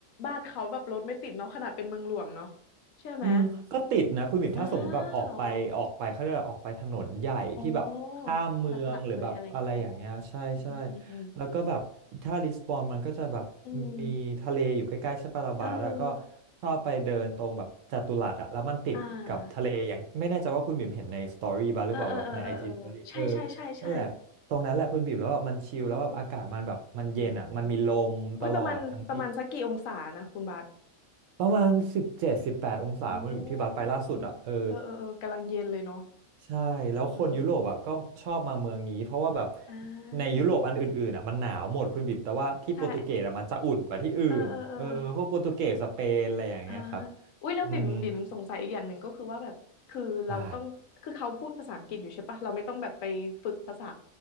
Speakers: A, on the left (about 75°); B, on the right (about 70°).
A: บ้านเขาแบบรถไม่ติดเนาะขนาดเป็นเมืองหลวงเนาะใช่ไหม
B: อืมก็ติดนะคุณหมิมถ้าสมมติแบบออกไปออกไปเขาจะออกไปถนนใหญ่ที่แบบข้ามเมืองหรือแบบอะไรอย่างเงี้ยใช่ใช่
A: อ้าเหรออ๋อหลักๆเลยอะไรอย่างเงี้ยอ๋ออืมอืมอืม
B: แล้วก็แบบถ้าลิสบอนมันก็จะแบบ
A: อืม
B: มีทะเลอยู่ใกล้ๆใช่ปะลาบาร์อะก็
A: เออ
B: ชอบไปเดินตรงแบบจัตุรัสอะแล้วมันติดกับทะเลอย่างไม่แน่ใจว่าคุณบิ่มเห็นในสตอรี่บ้างหรือเปล่าแบบในไอจีสตอรี่เออ
A: อ่าเออเออเออเออเออใช่ใช่ใช่ใช่
B: นั่นแหละตรงนั้นแหละคุณบิ่มแล้วแบบมันชิลแล้วแบบอากาศมันแบบมันเย็นอะมันมีลมตลอดทั้งปี
A: อืมโอ้อุ้ยประมาณประมาณสักกี่องศานะคุณบาส
B: ประมาณสิบเจ็ดสิบแปดองศาคุณที่บัสไปล่าสุดอ่ะเออ
A: อืมเออเออเออกำลังเย็นเลยเนาะ
B: ใช่แล้วคนยุโรปอ่ะก็ชอบมาเมืองนี้เพราะว่าแบบ
A: เอออ่
B: ในยุโรปอันอื่นๆอ่ะมันหนาวหมดคุณบิ่มแต่ว่าที่โปรตุเกสอ่ะมันจะอุ่นกว่าที่อื่นเออพวกโปรตุเกสสเปนอะไรอย่างเงี้ยครับ
A: าใช่เออเออเออเอออ่าอุ้ยแล้วบิ่มบิ่มสงสัยอีกอย่างหนึ่งก็คือว่าแบบคือเราต้องคือเขาพูดภาษาอังกฤษอยู่ใช่ปะเราไม่ต้องแบบไปฝึกภาษา
B: อืมใช่